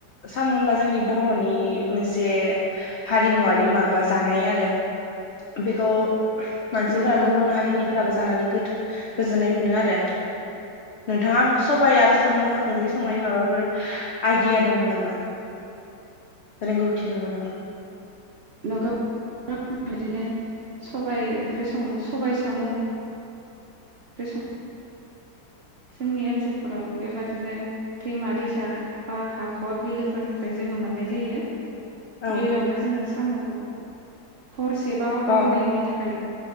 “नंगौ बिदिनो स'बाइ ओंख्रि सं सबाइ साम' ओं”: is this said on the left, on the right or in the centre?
Right